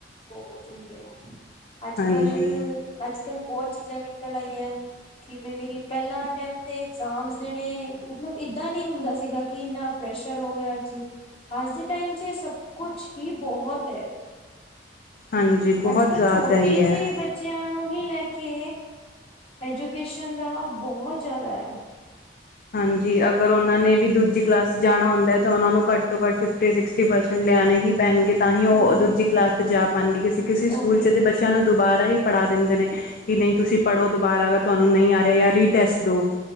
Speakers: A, on the left (about 35°); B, on the left (about 50°).
A: ਬੋਤ ਚਗੇ ਆ, ਅੱਜ-ਕਲ,
B: ਹਾਂਜੀ
A: ਅੱਜ-ਕੱਲ ਬੋਤ ਚੀਜ਼ਾਂ ਨਿਕਲ ਆਈਆਂ ਕਿ ਬਈ, ਪ੍ਹੈਲਾਂ ਟਾਈਮ ਤੇ ਇਗਜ਼ਾਮਸ ਦੇਣੇ, ਮਤਲਬ ਇਦਾਂ ਨੀ ਹੁੰਦਾ ਸੀਗਾ ਕਿ ਇਨਾ ਪ੍ਰੈਸ਼ਰ ਹੋਗੇਆ ਜੀ, ਅਜ ਦੇ ਟਾਈਮ ਚ ਏ ਸਬ ਕੁਛ ਹੀ ਬਹੁਤ।
B: ਹਾਂਜੀ ਬਹੁਤ
A: ਅੱਜ-ਕਲ
B: ਜ਼ਿਆਦਾ
A: ਛੋਟੇ
B: ਹੀ ਹੈ
A: ਜੇ ਬ ਬੱਚੇਆਂ ਨੂ ਹੀ ਲੈ ਕੇ ਐਜੂਕੇਸ਼ਨ ਦਾ ਬਹੁਤ ਜਾਦਾ ਆ।
B: ਹਾਂਜੀ, ਅਗਰ ਓਨਾਂ ਨੇ ਵੀ ਦੂਜੀ ਕਲਾਸ ਚ ਜਾਣਾ ਹੁੰਦਾ ਤਾ ਓਨਾਂ ਨੂ ਘੱਟ ਤੋਂ ਘੱਟ ਫਿਫਟੀ, ਸਿਕਸਟੀ ਪਰਸੈਂਟ ਲੇਆਨੇ ਹੀ ਪੈਨਗੇ ਤਾਂ ਹੀ ਓ
A: ਹੂੰ।
B: ਦੂੱਜੀ ਕਲਾਸ ਤੇ ਜਾ ਪਾਨਗੇ ਕਿਸੀ, ਕਿਸੀ
A: ਉਹੀ
B: ਸੂਕੂਲਚ ਤੇ ਬਚ ਬੱਚੇਆਂ ਨੂ ਦੁਬਾਰਾ ਹੀ ਪੜਾ ਦੇਂਦੇ ਨੇ ਕਿ ਨਈ ਤੂਸੀ ਪੜੋ ਦੁਬਾਰਾ ਅਗਰ ਤੁਹਾਨੂ ਨਈ ਆ ਰੇਆ ਯਾ ਰੀਟੈਸਟ ਦੋ।